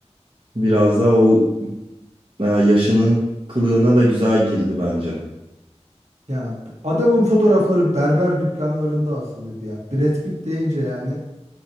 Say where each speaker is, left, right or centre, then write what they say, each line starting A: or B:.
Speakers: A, on the right; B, on the right.
A: Biraz daha o e, yaşının kılığına da güzel girdi bence.
B: Ya adamın fotoğrafları berber dükkanlarında asılıydı ya. Brad Pitt deyince yani